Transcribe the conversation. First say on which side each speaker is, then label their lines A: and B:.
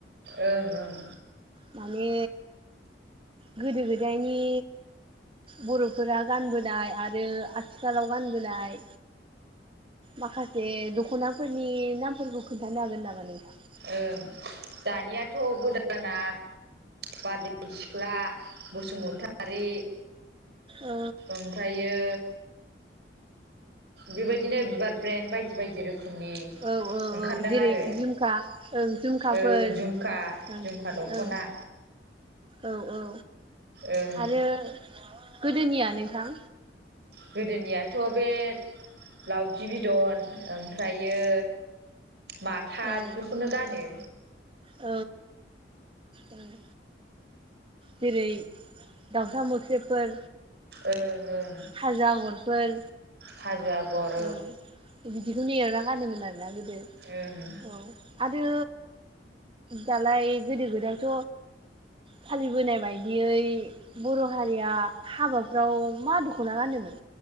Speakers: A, on the right (about 65°); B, on the right (about 30°).
A: ओं ओं
B: माने गोदो गोदायनि बरफोरा गानबोनाय आरो आथिखालाव गानबोनाय माखासे दखनाफोरनि नामफोरखौ खोन्थानो हागोन नामा नोंथां
A: ओं दानियाथ गोदाना बारदै सिख्ला बसुमतारि
B: औ
A: ओमफ्रायो बेबायदिनो बिबार ब्रेन बायदि बायदि रोखोम खोमनि
B: औ औ
A: ओंखारदों
B: औ जेरै
A: आरो
B: झुमखा ओं झुमखाफोर
A: ओ झुमका
B: ओं
A: झुमखा दखना
B: ओं औ औ
A: ओं
B: आरो गोदोनिया नोंथां
A: गोदोनियाथ बे लावजि बिदन ओमफ्रायो माथा
B: औ
A: बेफोरखौनो गानो
B: औ औ जेरै दाउसा मोख्रेबफोर
A: ओं ओं
B: खाजा आगरफोर
A: हाजो आगर
B: औ बिदिखौ नेना गानोमोन आरोना गोदो
A: ओं
B: औ आरो दालाय गोदो गोदायथ फालिबोनाय बायदियै बर हारिया हाबाफ्राव मा दखना गानोमोन